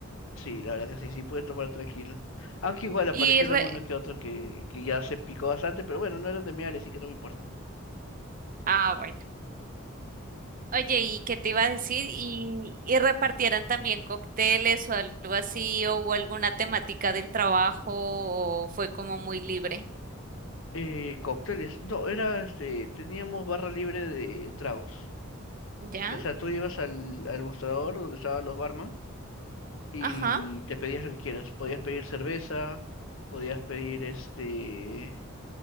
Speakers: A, on the left (about 70°); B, on the right (about 40°).
A: Sí, la verdad que sí, sí pude tomar tranquilo. Aunque igual aparecieron
B: Y re-
A: uno que otro que, que ya se picó bastante, pero bueno, no eran de mi área, así que no me importan.
B: Ah, bueno. Oye, ¿y qué te iba a decir? ¿Y, y repartieran también cócteles o algo así? ¿O hubo alguna temática del trabajo? ¿O fue como muy libre?
A: Eh, cócteles, no, era este, teníamos barra libre de tragos.
B: ¿Ya?
A: O sea, tú ibas al, al mostrador donde estaban los barman y
B: Ajá,
A: te pedías lo que quieras. Podías pedir cerveza, podías pedir este